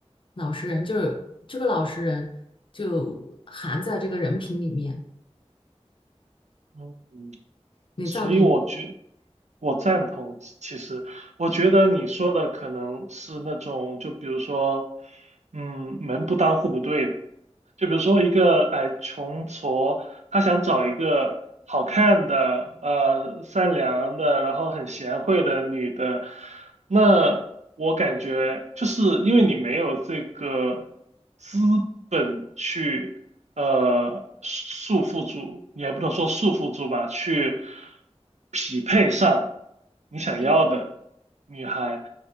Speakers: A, on the left; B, on the right.
A: 老实人，就是这个老实人就含在这个人品里面，
B: 嗯，
A: 你赞同吗？
B: 所以我觉。我赞同，其实我觉得你说的可能是那种，就比如说，嗯，门不当户不对的。就比如说一个哎穷矬，他想找一个好看的、呃善良的，然后很贤惠的女的，那我感觉就是因为你没有这个资本去。呃束缚住，也不能说束缚住吧，去匹配上你想要的
A: 嗯
B: 女孩。